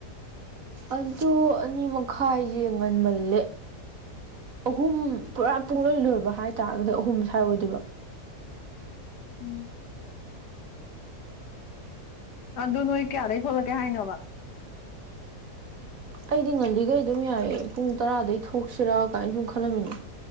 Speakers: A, on the right; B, on the left.
A: ꯑꯗꯨ ꯑꯅꯤ ꯃꯈꯥꯏꯁꯦ ꯉꯟꯃꯜꯂꯦ ꯑꯍꯨꯝ ꯄꯨꯔꯥ ꯄꯨꯡꯂꯣꯏ ꯂꯣꯏꯕ ꯍꯥꯏꯇꯥꯔꯒꯗꯤ ꯑꯍꯨꯝ ꯁ꯭ꯋꯥꯏ ꯑꯣꯏꯗꯣꯏꯕ
B: ꯎꯝ ꯑꯗꯨ ꯅꯣꯏ ꯀꯌꯥꯗꯩꯩ ꯊꯣꯛꯂꯛꯀꯦ ꯍꯥꯏꯅꯣꯕ
A: ꯑꯩꯗꯤ ꯉꯜꯂꯤꯈꯩ ꯑꯗꯨꯝ ꯌꯥꯏꯑ ꯄꯨꯡ ꯇꯔꯥꯗꯩ ꯊꯣꯛꯁꯤꯔꯥ ꯀꯥꯏꯅ ꯁꯨꯝ ꯈꯜꯂꯝꯃꯤꯅꯦ